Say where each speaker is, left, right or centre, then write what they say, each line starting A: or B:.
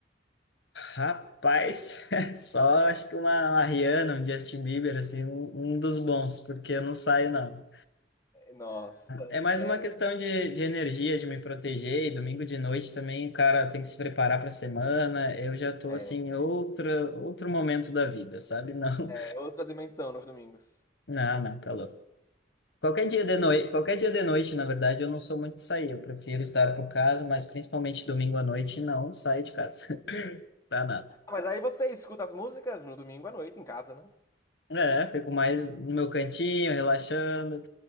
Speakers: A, on the left; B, on the left.
A: Rapaz, <laughs> só acho que uma, uma Rihanna, um Justin Bieber, assim, um, um dos bons, porque eu não saio, não.
B: É, Nossa,
A: É mais
B: é,
A: uma questão de, de energia, de me proteger, e domingo de noite também, cara, tem que se preparar para a semana, eu já tô,
B: é,
A: assim, em outro, outro momento da vida, sabe? Não,
B: é outra dimensão nos domingos.
A: <laughs> não, não, tá louco. Qualquer dia de noite, qualquer dia de noite, na verdade, eu não sou muito de sair, eu prefiro estar por casa, mas principalmente domingo à noite, não saio de casa, <laughs> tá nada.
B: Ah, mas aí você escuta as músicas no domingo à noite em casa, né?
A: É, fico mais no meu cantinho, relaxando,